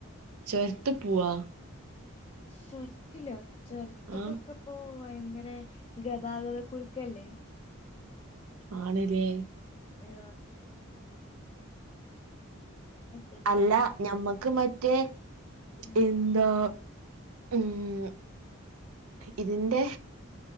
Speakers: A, on the right (about 90°); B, on the left (about 25°).
A: ചൊര്ത്ത് പോവാ
B: ചൊരത്തില്ലോ ചൊര്ത്ത്ക്കൊക്കെ
A: ആ
B: പ്പോ ഭയങ്കര ഗതാഗത കുരുക്കല്ലേ
A: ആണ്ലേ
B: ആ ഗതാഗത
A: അല്ല ഞമ്മക്ക് മറ്റേ
B: ആഹ്
A: എന്താ മ് ഇത് ന്റെ